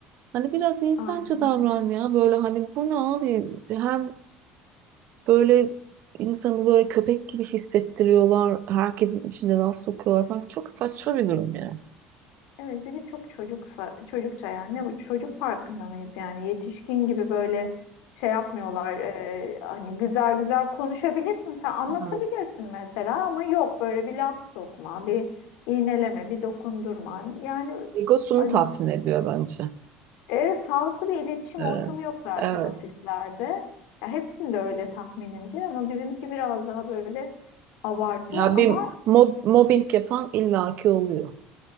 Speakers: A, on the right; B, on the left.
A: Hani biraz insancı
B: aynen
A: davran
B: öyle.
A: ya. Böyle hani bu ne abi? Hem Böyle insanı böyle köpek gibi hissettiriyorlar. Herkesin içinde laf sokuyorlar falan. Çok saçma bir durum yani.
B: Evet bir de çok çocuksa çocukça yani ne bu çocuk parkında mıyız yani yetişkin gibi böyle şey yapmıyorlar e, hani güzel güzel konuşabilirsin sen anlatabilirsin
A: Evet.
B: mesela ama yok böyle bir laf sokma bir iğneleme bir dokundurma yani
A: Egosunu
B: hani,
A: tatmin ediyor bence.
B: e, sağlıklı bir iletişim
A: Evet.
B: ortamı yok zaten
A: Evet.
B: ofislerde ya hepsinde öyle tahminimce ama bizimki biraz daha böyle abartı
A: Ya
B: ama
A: bir mob mobbing yapan illaki oluyor.